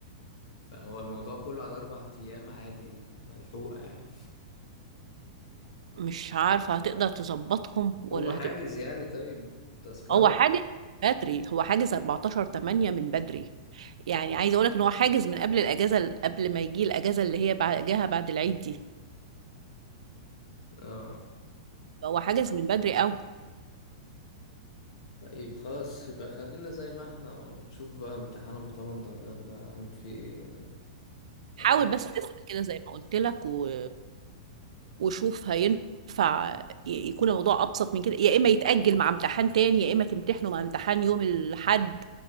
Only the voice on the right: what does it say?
مش عارفة هتقدر تظبطهم ولا
هتبقى
هو حاجة بدري هو حاجز 14 8 من بدري يعني عايزة اقولك ان هو حاجز من قبل الاجازة قبل ما يجي الاجازة اللي هي بعدها بعد العيد دي
هو حاجز من بدري قوي
حاول
بس تسأل كده زي ما قلت لك و... وشوف هينفع ي- يكون الموضوع أبسط من كده يا إما يتأجل مع امتحان تاني يا إما تمتحنه مع امتحان يوم الحد